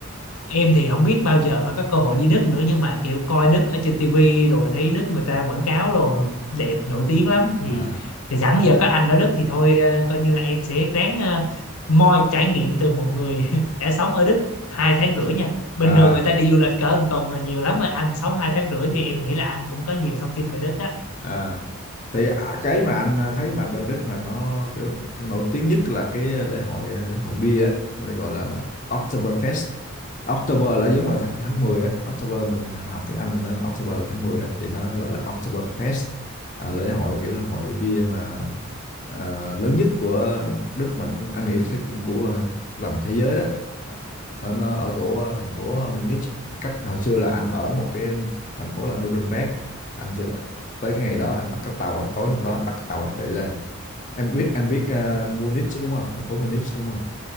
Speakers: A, on the left; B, on the left.
A: em thì không biết bao giờ mới có cơ hội đi Đức nữa nhưng mà kiểu coi Đức ở trên tivi rồi thấy Đức người ta quảng cáo rồi đẹp nổi tiếng lắm thì
B: À.
A: thì sẵn giờ có anh ở Đức thì thôi ờ, coi như là em sẽ ráng ờ, moi trải nghiệm từ một người <laughs> đã sống ở Đức hai tháng rưỡi nha bình
B: à
A: thường người ta đi du lịch cỡ một tuần là nhiều lắm rồi anh sống hai tháng rưỡi thì em nghĩ là anh cũng có nhiều thông tin về Đức đó
B: à thì à, cái mà anh à, thấy mà bên Đức mà nó kiểu cái nổi tiếng nhất là cái lễ hội à, lễ hội bia á gọi là Oktoberfest October là giống là tháng, tháng 10 á October mình học tiếng Anh mình nói là October là tháng 10 đó thì nó gọi là Oktoberfest à, lễ hội kiểu là hội bia mà à, lớn nhất của Đức mà cũng anh nghĩ chắc cũng của à, tầm thế giới đó nó, nó ở chỗ ờ, thành phố ờ, Munich cách hồi xưa là anh ở một cái thành phố là Nuremberg anh sẽ tới cái ngày đó anh bắt cái tàu tối hôm đó anh bắt cái tàu anh chạy lên em biết em biết ờ,
A: Ờ.
B: Munich đúng không thành phố Munich đúng không